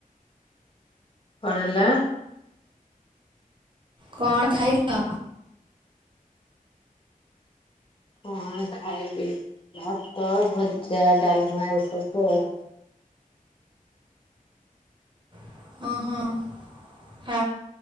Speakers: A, on the left; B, on the right.
A: କଣ ହେଲା?
B: କଣ ଖାଇଲ?
A: କଣ ଖାଇବି ଭାତ, ଭଜା, ଡାଲମା ଏସବୁ ଆଉ।
B: ଓହୋ।